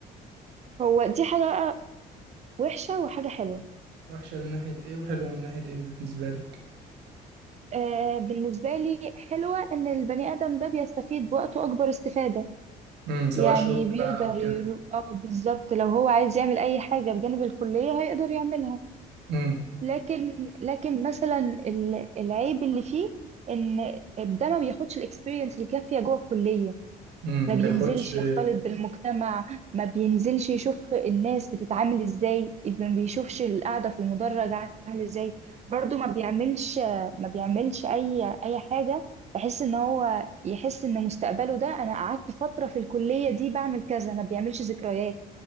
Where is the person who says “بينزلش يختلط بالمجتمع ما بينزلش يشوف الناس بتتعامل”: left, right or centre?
Right